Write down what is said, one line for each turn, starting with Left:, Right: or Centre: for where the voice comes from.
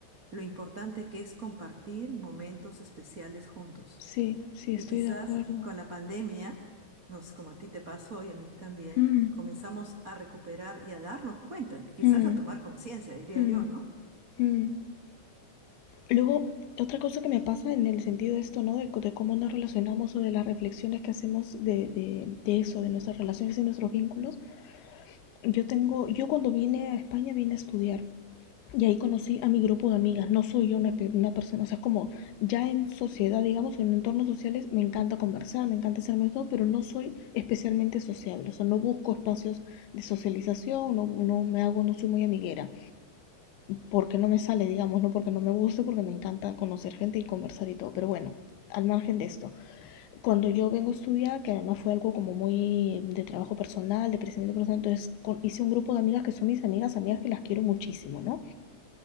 Right: lo importante que es compartir momentos especiales juntos.
Left: Sí, sí, estoy
Right: Y quizás
Left: de acuerdo.
Right: con la pandemia, nos, como a ti te pasó y a mí también,
Left: Mm,
Right: comenzamos a recuperar y a darnos cuenta, quizás
Left: mm,
Right: a tomar conciencia, diría
Left: mm,
Right: yo, ¿no?
Left: mm. Luego, otra cosa que me pasa en el sentido de esto, ¿no? De, co- de cómo nos relacionamos o de las reflexiones que hacemos de, de, de eso, de nuestras relaciones y nuestros vínculos. Yo tengo, yo cuando vine a España vine a estudiar Y ahí conocí a mi grupo de amigas. No soy yo una, una persona, o sea, como ya en sociedad, digamos, en entornos sociales, me encanta conversar, me encanta ser amigos, pero no soy especialmente sociable. O sea, no busco espacios de socialización, no, no me hago, no soy muy amiguera. Porque no me sale, digamos, no porque no me guste, porque me encanta conocer gente y conversar y todo. Pero bueno, al margen de esto, cuando yo vengo a estudiar, que además fue algo como muy de trabajo personal, de crecimiento personal, entonces con- hice un grupo de amigas que son mis amigas, amigas que las quiero muchísimo, ¿no?